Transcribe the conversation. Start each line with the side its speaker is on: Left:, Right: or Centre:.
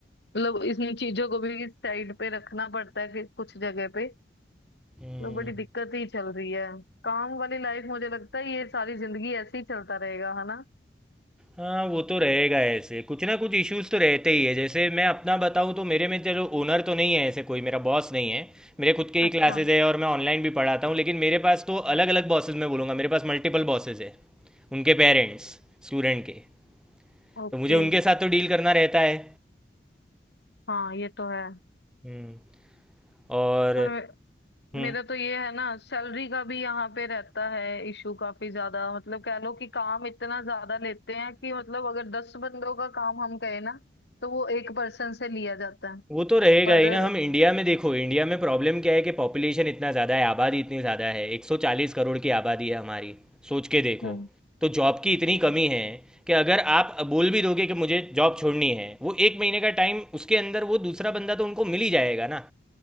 Left: मतलब इन चीजों को भी साइड पे रखना पड़ता है कि कुछ जगह पे
Centre: हम्म,
Left: तो बड़ी दिक्कत ही चल रही है काम वाली लाइफ मुझे लगता है ये सारी जिंदगी ऐसे ही चलता रहेगा है ना
Centre: हाँ वो तो रहेगा ऐसे कुछ ना कुछ इश्यूज तो रहते ही है जैसे मैं अपना बताऊँ तो मेरे में चलो ओनर तो नहीं है ऐसे कोई मेरा बॉस नहीं है मेरे खुद के ही
Left: अच्छा
Centre: क्लासेज है और मैं ऑनलाइन भी पढ़ाता हूँ लेकिन मेरे पास तो अलग अलग बॉसेज मैं बोलूँगा मेरे पास मल्टीपल बॉसेज है उनके पेरेंट्स स्टूडेंट के
Left: ओके
Centre: तो मुझे उनके साथ तो डील करना रहता है
Left: हाँ ये तो है
Centre: हम्म और
Left: पर
Centre: हम्म
Left: मेरा तो ये है ना सैलरी का भी यहाँ पे रहता है इशू काफी ज्यादा मतलब कह लो कि काम इतना ज्यादा लेते हैं कि मतलब अगर दस बंदों का काम हम कहें ना तो वो एक पर्सन से लिया जाता है
Centre: वो तो रहेगा
Left: पर
Centre: ही ना हम इंडिया में देखो इंडिया में प्रॉब्लम क्या है कि पॉपुलेशन इतना ज़्यादा है आबादी इतनी ज़्यादा है 140 करोड़ की आबादी है हमारी सोच के देखो
Left: हम्म
Centre: तो जॉब की इतनी कमी है कि अगर आप बोल भी दोगे कि मुझे जॉब छोड़नी है वो एक महीने का टाइम उसके अंदर वो दूसरा बंदा तो उनको मिल ही जाएगा ना